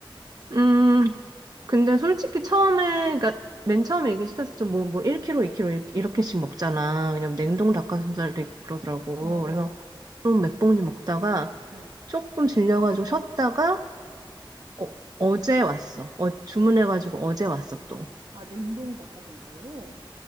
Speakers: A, on the right (about 45°); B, on the right (about 75°).
A: 음, 근데 솔직히 처음에, 그니까 맨 처음에 얘기 시켰을 때 뭐, 뭐 1kg, 2kg 이렇- 이렇게씩 먹잖아. 왜냐면 냉동 닭가슴살도 있고 그러더라고.
B: 어, 어,
A: 그래서 좀 몇 봉지 먹다가
B: 응.
A: 조금 질려가지고 쉬었다가 어, 어제 왔어. 어, 주문해가지고 어제 왔어, 또.
B: 아, 냉동 닭가슴살로?